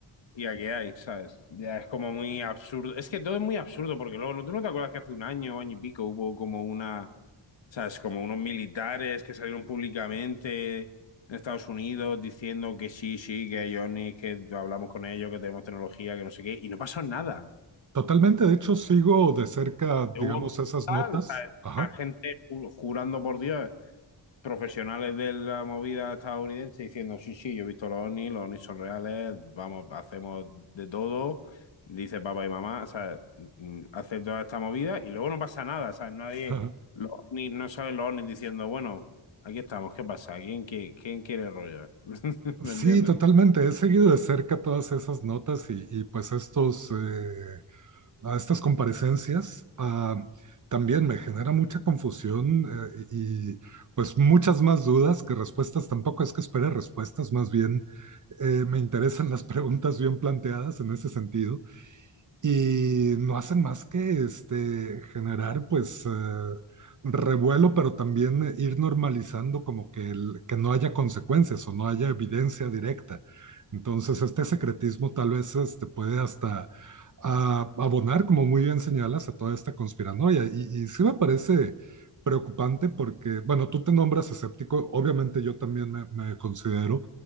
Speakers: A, on the left; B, on the right.
A: IA que hay, ¿sabes? Ya es como muy absurdo. Es que todo es muy absurdo, porque luego, ¿no- ¿tú no te acuerdas que hace un año, año y pico, hubo como una ¿Sabes? Como unos militares que salieron públicamente en Estados Unidos diciendo que sí, sí, que hay OVNIs, que hablamos con ellos, que tenemos tecnología, que no sé qué, y no pasó nada.
B: totalmente. De hecho, sigo de cerca,
A: Hubo
B: digamos, esas
A: tal,
B: notas.
A: ¿sabes?
B: Ajá.
A: Gente ju- jurando por Dios profesionales de la movida estadounidense diciendo, sí, sí, yo he visto los ovnis, los ovnis son reales, vamos, hacemos de todo, dice papá y mamá, o sea, mm, hace toda esta movida y luego no pasa nada, ¿sabes? Nadie,
B: <laughs>
A: los ovnis, no salen los ovnis diciendo, bueno, aquí estamos, ¿qué pasa? ¿Quién, qui- quién quiere el rollo? <laughs> ¿Me
B: Sí,
A: entiendes?
B: totalmente. He seguido de cerca todas esas notas y, y pues estos, eh, a estas comparecencias. ah, también me genera mucha confusión eh, y y, pues muchas más dudas que respuestas. Tampoco es que espere respuestas, más bien eh, me interesan las preguntas bien planteadas en ese sentido y no hacen más que este, generar pues eh, revuelo, pero también eh, ir normalizando como que, el- que no haya consecuencias o no haya evidencia directa. Entonces, este secretismo tal vez este, puede hasta ah, abonar, como muy bien señalas, a toda esta conspiranoia. Y, y sí me parece preocupante porque, bueno, tú te nombras escéptico, obviamente yo también me, me considero.